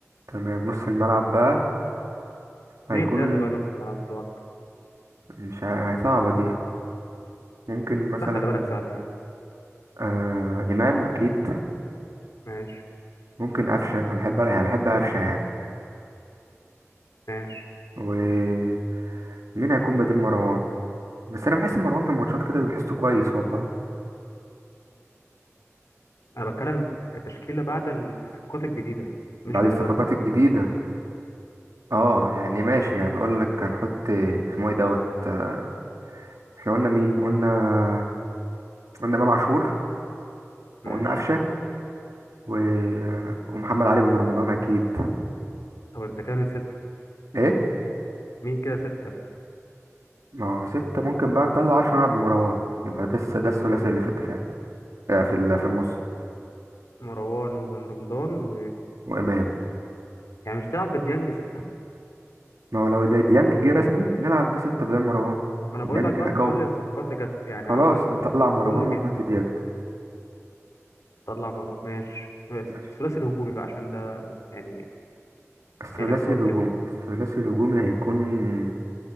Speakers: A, on the right (about 80°); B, on the left (about 85°).
A: تمام نص الملعب بقى هيكون
B: مين التلاتة بقى نص الملعب بتوعك؟
A: مش ع- صعبة دي ممكن مثلا
B: لا خلي بالك سهلة يعني
A: آه إمام أكيد
B: ماشي
A: ممكن قفشة أنا بحب يعني بحب قفشة يعني
B: ماشي
A: ومين هيكون بديل مروان بس أنا بحس مروان في الماتشات كده بحسه كويس والله
B: أنا بتكلم التشكيلة بعد الصفقات الجديدة مش
A: بعد
B: في
A: الصفقات
B: دلوقتي
A: الجديدة اه يعني ماشي يعني أقول لك هنحط اسمه ايه دوت آه، احنا قلنا مين قلنا قلنا إمام عاشور وقلنا
B: ماشي
A: قفشة و... آه، ومحمد علي بن رمضان أكيد
B: طب أنت كده من ستة
A: ايه
B: مين كده ستة؟
A: ما هو ستة ممكن بقى نطلع عشرة نلعب بمروان يبقى ده الس- ده الثلاثي اللي في الدفاع آه، في ال- في النص
B: مروان وبن رمضان و
A: وإمام
B: يعني مش تلعب بديانج ستة
A: ما هو لو دي- ديانج جه رسمي نلعب بستة بدل مروان
B: ما أنا
A: ديانج
B: بقول لك بقى
A: قوي
B: بكل الصفقات اللي جت يعني
A: خلاص
B: عندك
A: نطلع مروان
B: كله
A: ونحط
B: جه
A: ديانج
B: طلع مراد ماشي
A: ماشي
B: الثلاثي الهجومي بقى عشان ده يعني
A: الثلاثي
B: يعني اختار
A: الهجوم
B: كده
A: الثلاثي الهجومي هيكون